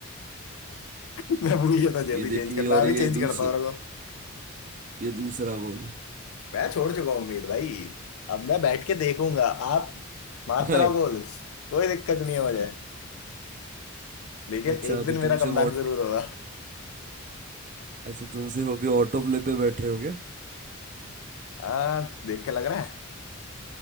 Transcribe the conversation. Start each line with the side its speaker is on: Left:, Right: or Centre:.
Left: <laughs> मैं भूल गया था जल्दी
Right: ये देखिए
Left: चेंज करना
Right: और
Left: अभी
Right: ये
Left: चेंज
Right: दूस
Left: करता हूँ रुको
Right: ये दूसरा गोल
Left: मैं छोड़ चुका हूँ उम्मीद भाई अब मैं बैठ के देखूंगा आप मारते
Right: <laughs>
Left: रहो गोल्स कोई दिक्कत नहीं है मुझे लेकिन
Right: अच्छा
Left: एक
Right: अभी
Left: दिन मेरा
Right: तुमसे
Left: कमबैक
Right: वॉट
Left: जरूर होगा
Right: अच्छा तुमसे अभी ऑटो प्ले पे बैठ रहे हो क्या
Left: हाँ देख के लग रहा है